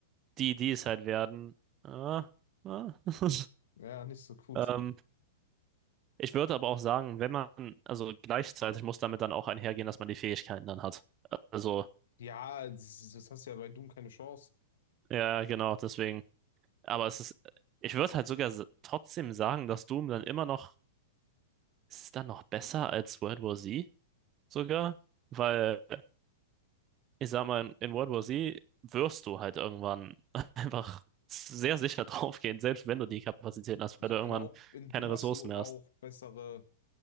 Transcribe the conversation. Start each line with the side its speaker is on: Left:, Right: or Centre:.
Right: die, die es halt werden, ah, ah. <laughs>
Left: Ja, nicht so gut.
Right: Ähm, ich würde aber auch sagen, wenn man, also gleichzeitig muss damit dann auch einhergehen, dass man die Fähigkeiten dann hat. Also,
Left: Ja, das, das hast du ja bei Doom keine Chance.
Right: ja, genau, deswegen. Aber es ist, ich würde halt sogar s- trotzdem sagen, dass Doom dann immer noch ist es dann noch besser als World War Z sogar? Weil, ich sag mal, in World War Z wirst du halt irgendwann <laughs> einfach sehr sicher <laughs> draufgehen, selbst wenn du die Kapazitäten hast,
Left: Ich
Right: weil du irgendwann
Left: glaube, in
Right: keine
Left: Doom
Right: Ressourcen
Left: hast du
Right: mehr
Left: auch
Right: hast.
Left: bessere